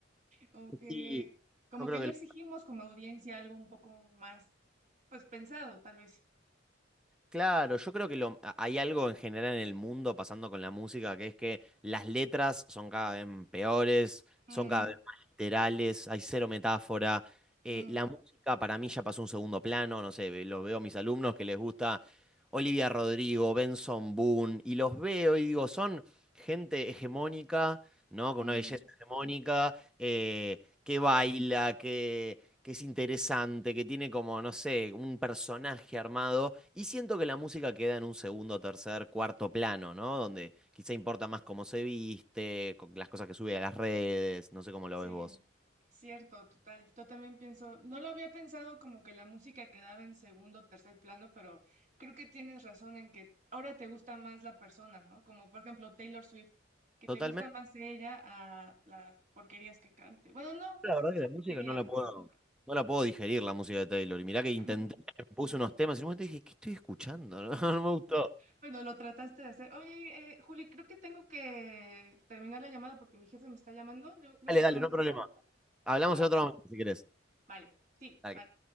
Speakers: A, on the right (about 40°); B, in the centre.
A: Como que,
B: Y
A: como
B: yo creo
A: que no
B: que el-
A: exigimos como audiencia algo un poco más, pues pensado, tal vez.
B: Claro, yo creo que lo, a- hay algo en general en el mundo pasando con la música, que es que las letras son cada vez peores, son
A: Mm,
B: cada vez más literales, hay cero metáfora. eh,
A: mm,
B: la música para mí ya pasó a un segundo plano, no sé, ve- lo veo a mis alumnos que les gusta Olivia Rodrigo, Benson Boone, y los veo y digo, son gente hegemónica, ¿no? Con
A: mm,
B: una belleza hegemónica, eh, que baila, que es interesante, que tiene como, no sé, un personaje armado. Y siento que la música queda en un segundo, tercer, cuarto plano, ¿no? Donde quizá importa más cómo se viste, con las cosas que sube a las redes, no sé cómo lo
A: sí,
B: ves vos.
A: cierto, total. Yo también pienso, no lo había pensado como que la música quedaba en segundo o tercer plano, pero creo que tienes razón en que ahora te gusta más la persona, ¿no? Como por ejemplo Taylor Swift, que
B: Totalmente,
A: te gusta más ella a las porquerías que cante. Bueno, no,
B: la
A: no sé
B: verdad
A: si
B: que
A: son
B: la música
A: porquerías,
B: no la puedo,
A: pero
B: no la puedo digerir, la música de Taylor. Y mirá que intenté,
A: <laughs>
B: puse unos temas y en un momento dije, ¿qué estoy escuchando? <laughs> No, no me gustó.
A: bueno, lo trataste de hacer. Oye, eh, Juli, creo que tengo que terminar la llamada porque mi jefe me está llamando. Luego, luego
B: Dale, dale,
A: podemos
B: no hay problema.
A: ir hablando.
B: Hablamos
A: Va,
B: en
A: va,
B: otro
A: va.
B: momento si querés.
A: Vale, sí,
B: Dale,
A: bye.